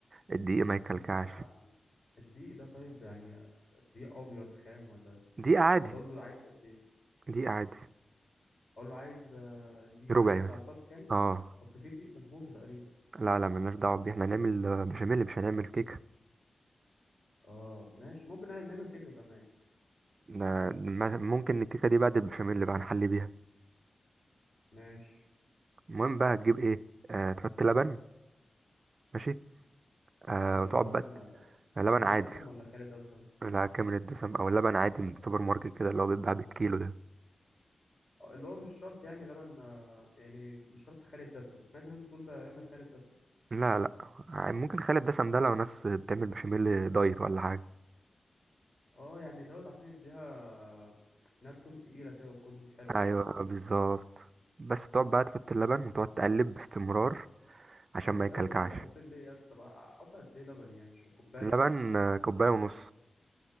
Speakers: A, on the right; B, on the left.
A: الدقيق ما يكلكعش
B: طب ثانية يا عم الدقيق ده طيب يعني دقيق ابيض خام ولا
A: دقيقة عادي
B: ولا اقول له عايز قد ايه
A: دي عادي
B: اقول له عايز آه، دقيق
A: ربعي
B: عادي بتاع
A: مثلا
B: الطبخ يعني
A: اه
B: اصل في دقيق بسبوسة تقريبا
A: لا لا ملناش دعوة بيه احنا هنعمل آه، بشاميل مش هنعمل كيكة
B: اه ماشي ممكن نعمل نعمل كيكة كمان
A: نا- ما- ممكن الكيكة دي بعد البشاميل بقى نحلي بيها
B: ماشي
A: المهم بقى هتجيب ايه آه تحط لبن ماشي آه
B: طب اجيب
A: وتقعد
B: لبن
A: بقى ت-
B: آه،
A: لبن
B: كامل
A: عادي
B: دسم ولا خالي دسم
A: لا كامل الدسم او لبن عادي من السوبر ماركت كده اللي هو بيتباع بالكيلو ده
B: آه، اللي هو مش شرط يعني لبن آه، يعني مش شرط خالي الدسم سمعت ناس بتقول آه، اعمل خالي الدسم
A: لا لا ع- ممكن خالي الدسم ده لو ناس بتعمل بشاميل دايت ولا حاجة
B: اه يعني دوت عشان يديها انها تكون تقيلة كده وتكون حلوة
A: ايوه
B: يعني
A: بالظبط بس تقعد بقى تحط اللبن وتقعد تقلب باستمرار عشان
B: طب انت
A: ما يكلكعش
B: انت مش تفاصيل ليه يعني طب احط قد ايه لبن يعني مش فاهم. كوبايه
A: اللبن آه، كوباية ونص